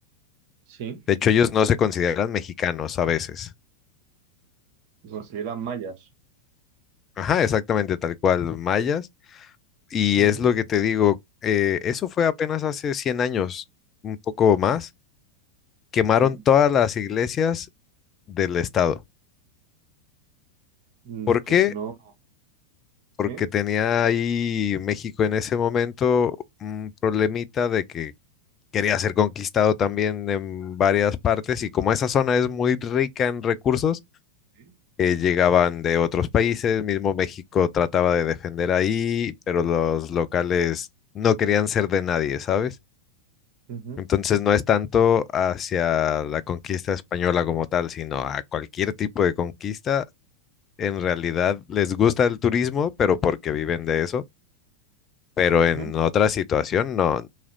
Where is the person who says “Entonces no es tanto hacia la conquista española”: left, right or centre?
Left